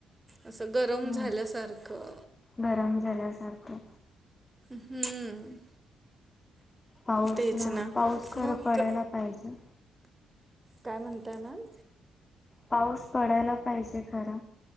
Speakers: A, on the right; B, on the left.
A: असं गरम
B: हम्म
A: झाल्यासारखं.
B: गरम झाल्यासारखं.
A: हम्म.
B: पाऊस
A: तेच
B: ना पाऊस खरं
A: मग
B: पडायला
A: क-
B: पाहिजे.
A: काय म्हणताय मॅम.
B: पाऊस पडायला पाहिजे खर.